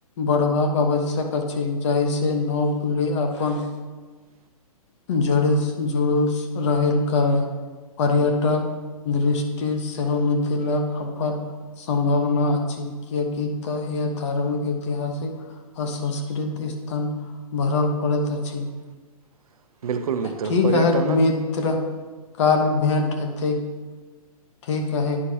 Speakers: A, on the left; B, on the right.
A: बढ़बाद आवश्यक अछि जाहि से नओ पीढ़ी अपन
B: <unintelligible>
A: जड़ जुड़ूस रह करै पर्यटक दृष्टि सेहो मिथिला हार सम्भावना अ किएकि त इ धार्मिक ऐतिहासिक आ सांस्कृतिक स्थान बरल पड़ैत अछि
B: <unintelligible> बिल्कुल मित्र
A: ठीक
B: पर्यटनक
A: है मित्र कल भेंट हेतै ठीक है